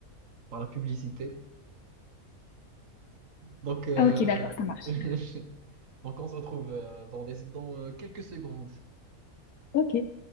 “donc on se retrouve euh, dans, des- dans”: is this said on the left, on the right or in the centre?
Right